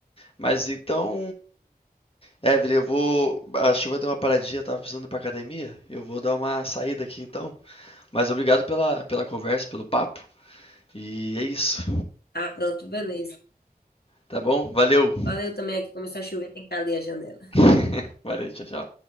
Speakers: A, on the left; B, on the left.
A: Mas então, Evelyn, eu vou. A chuva deu uma paradinha, eu tava precisando ir pra academia. Eu vou dar uma saída aqui então. Mas obrigado pela, pela conversa, pelo papo. E é isso.
B: Ah, pronto, beleza.
A: Tá bom? Valeu.
B: Valeu também aqui, começou a chover, tem que abrir a janela.
A: <laughs> Valeu, tchau, tchau.